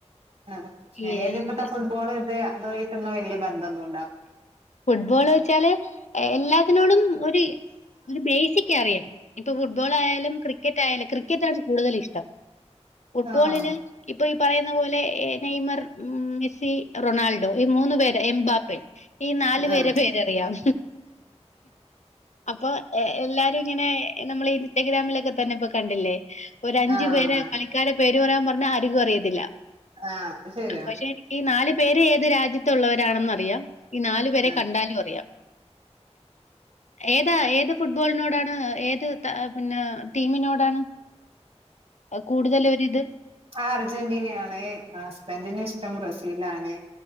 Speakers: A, on the right; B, on the left.
A: ആഹ് ഞാൻ
B: ഈ
A: എഴുതിപ്പെട്ട
B: ഇത്
A: ഫുട്ബോൾ ഇത് അതുമായിട്ടൊന്നും വലിയ ബന്ധമൊന്നു
B: ഫുട്ബോള് വെച്ചാല്എ എല്ലാത്തിനോടും ഒര് ഒരു ബേസിക് അറിയാം. ഇപ്പൊ ഫുട്ബോളായാലും ക്രിക്കറ്റായാലും, ക്രിക്കറ്റാണ് കൂടുതൽ ഇഷ്ടം. ഫുട്ബോളില്
A: ആഹ്
B: ഇപ്പൊ ഈ പറയുന്ന പോലെ നെയ്മർ, മെസ്സി, റൊണാൾഡോ ഈ മൂന്ന്പേരെ എംബാപ്പെ ഈ നാലുപേരെ
A: ആഹ്
B: പേരറിയാം. അപ്പൊ എല്ലാരു ഇങ്ങനെ നമ്മള് ഇൻസ്റ്റഗ്രാമിലൊക്കെ തന്നെ ഇപ്പോകണ്ടില്ലേ? ഒരഞ്ചു
A: ആഹ്
B: പേര് കളിക്കാരെ പേര് പറയാൻ പറഞ്ഞാ അരികും അറിയത്തില്ല.
A: ആഹ് അത് ശരിയാണ്
B: അപ്പ ശരി ക്കീ ഈ നാല് പേരും ഏത് രാജ്യത്തുള്ളവരാണെന്നറിയാം. ഈ നാലു പേരെ
A: ആഹ്
B: കണ്ടാലു അറിയാം. ഏതാ ഏത് ഫുട്ബോളിനോടാണ് ഏത് ത പിന്നെ ടീമിനോടാണ് കൂടുതൽ ഒരിത്?
A: ആഹ് അർജന്റിനെയാണ്. ഹസ്ബന്റിന് ഇഷ്ടം ബ്രസീലാണ്.